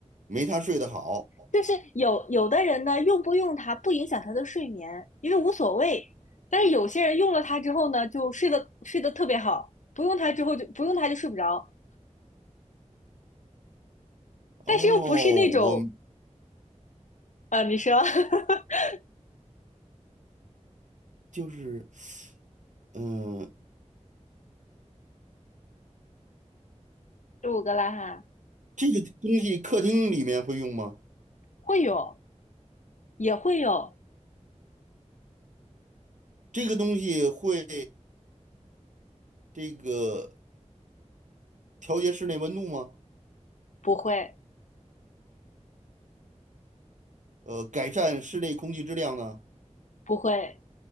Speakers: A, on the right; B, on the left.
A: 没它睡得好。
B: 就是有有的人呢，用不用它不影响他的睡眠，因为无所谓。但是有些人用了它之后呢，就睡得睡得特别好，不用它之后就不用它就睡不着。但是又不是那种
A: 哦，我
B: 呃，你说 <laughs>
A: 就是。嗯，
B: 十五个了哈，
A: 这个东西客厅里面会用吗？
B: 会有也会有，
A: 这个东西会这个调节室内温度吗？
B: 不会
A: 呃，改善室内空气质量呢？
B: 不会，